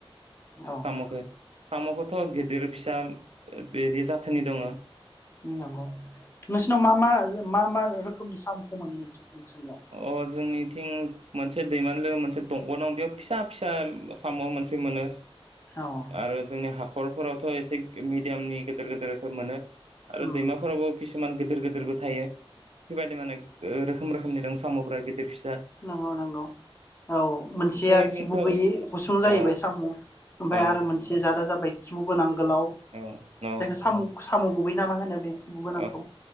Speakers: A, on the left; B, on the right.
A: औ
B: सामखो
A: नंगौ
B: सामखोथ' गिदिर फिसा बेदि जाथोननि दङ।
A: नंगौ नोंसिनाव मा मा मा मा रोख खोमनि सामुखौ मोननो नोंथां नोंसोरनियाव
B: अ जोंनिथिं मोनसे दैमानि जागा मोनसे दंग' दं बेयाव फिसा फिसा साम' मोनसे मोनो
A: औ
B: आरो जोंनि हाख खरफोरावथ' एसे मिडियामनि गेदिर गेदेरफोर मोनो। आरो
A: उम
B: दैमाफोरावबो किसुमान गेदेर गेदेरबो थायो बेबायदि माने रोखोम रोखोमनि दं। साम'फोरा गिदिर फिस
A: नंगौ नंगौ औ मोनसेया
B: जोंनिथिंथ'
A: खिबु
B: औ
A: गैयि गुसुं जाहैबाय साम' ओमफाय
B: औ
A: आरो मोनसे जादा जाबाय खिबु गोनां गोलाव
B: औ औ
A: जायखो सामु सामु गुबै नामा होनो बे खिबु गोनांखौ
B: अ